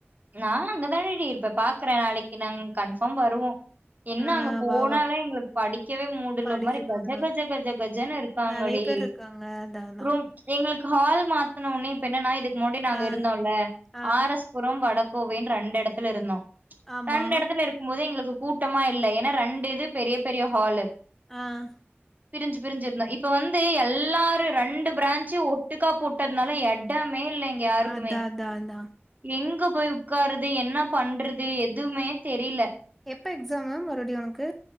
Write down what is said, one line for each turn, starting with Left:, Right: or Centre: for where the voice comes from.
Right: நான் அங்கதானடி இருப்பேன் பாக்குறேன் நாளைக்கு நான் கன்ஃபார்ம் வருவோ என்ன
Centre: ஆ
Right: அங்க போனாலே
Centre: வா வா
Right: எங்களுக்கு படிக்கவே மூடு இல்ல
Centre: படிக்க
Right: ஒரு மாதிரி கஜ
Centre: தோணு
Right: கஜ கஜ கஜன்னு இருக்காங்கடி
Centre: நெறைய பேர் இருக்காங்க அதா அதா
Right: ரொ எங்களுக்கு ஹால் மாத்தன உடனே இப்ப என்னன்னா இதுக் முன்னாடி நாங்க
Centre: ஆ
Right: இருந்தோல்ல
Centre: ஆ
Right: ஆர் எஸ் புரம் வட கோவின்னு ரண்ட டெடத்துல இருந்தோ
Centre: ஆமா
Right: கன்னடத்துல இருக்கும் போது எங்களுக்கு கூட்டமா இல்ல ஏன்னா ரெண்டு இது பெரிய பெரிய ஹாலு
Centre: ஆஹ்
Right: பிரிஞ்சு பிரிஞ்சு இருந்தே இப்ப வந்து எல்லாரு ரெண்டு பிராஞ்சு ஒட்டுக்கா போட்டதுனால எடமே இல்ல இல்லங்க யாருக்குமே
Centre: அதா அதா அதா
Right: எங்க போய் உக் உக்கார்றது என்ன பண்றது எதுவுமே தெரியல
Centre: எப்ப எக்ஸாமு மறுபடியு உனக்கு